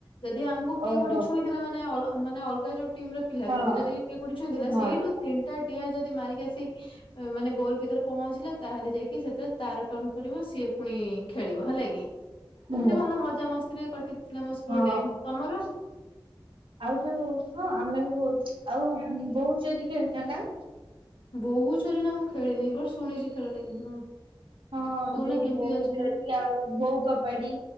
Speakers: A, on the left (about 70°); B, on the right (about 75°).
A: ଯଦି ଆମକୁ
B: ଓହୋ
A: କିଏ ଗୋଟେ ଛୁଇଁଦେଲା ମାନେ ଅଲ ମାନେ ଅଲ ଯୋଉ ଟିମ୍ ର ପିଲା
B: ହଁ
A: ଥିବେ ଯଦି କିଏ କୋଉଠି ଛୁଇଁ ଦେଲା
B: ହଁ।
A: ସେଇଠୁ ତିନିଟା ଡିଆଁ ଯଦି ମାରିକି ଆସିି ମାନେ ଗୋଲ ଭିତରେ ପହଞ୍ଚିଲା ତାହେଲେ ଯାଇକି ସେଥିରେ ତାର ଟର୍ଣ ପଡିବ ସିଏ ଫୁଣି ଖେଳିବ ହେଲା କିି।
B: ହୁଁ
A: ମି ଭଲ ମଜା ମସ୍ତିରେ କଟିଥିଲା ମୋ ସ୍କୁଲ
B: ହଁ।
A: ଟାଇମ୍ ତମର?
B: ଆଉ ଯୋଉ ହଁ ଆମେ ବି ବହୁତ୍। ଆଉ ବୋହୁ ଚୋରି ଖେଳିଛ ନା?
A: ବୋହୁ ଚୋରି ନା ମୁଁ ଖେଳିନି ବଟ୍ ଶୁଣିଛି ଖେଳଟା କେମତି କଣ।
B: ହଁ
A: କହୁନା
B: ଯୋଉ
A: କେମିତି
B: ବୋଉ
A: ଅଛି
B: ଚୋରି
A: ଖେଳ?
B: ଆଉ ବୋଉ କବାଡି।